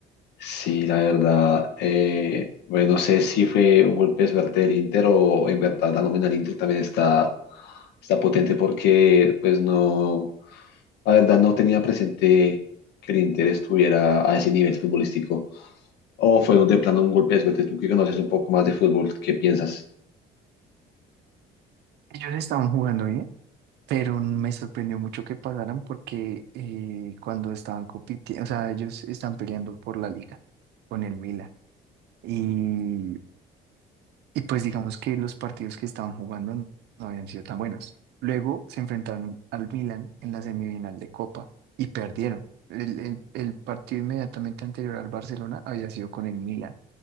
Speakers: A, on the left (about 80°); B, on the right (about 75°).
A: Sí, la verdad, eh, bueno, no sé si fue un golpe de suerte del Inter o en verdad la nómina del Inter también está, está potente porque pues no, la verdad no tenía presente que el Inter estuviera a ese nivel futbolístico o fue un- de plano un golpe de suerte. Tú que conoces un poco más de fútbol, ¿qué piensas?
B: Ellos estaban jugando bien, pero me sorprendió mucho que pasaran porque eh, cuando estaban compitiendo, o sea, ellos están peleando por la liga con el Milan. Y, y pues digamos que los partidos que estaban jugando n- no habían sido tan buenos. Luego se enfrentaron al Milan en la semifinal de Copa y perdieron. El, el- el partido inmediatamente anterior al Barcelona había sido con el Milan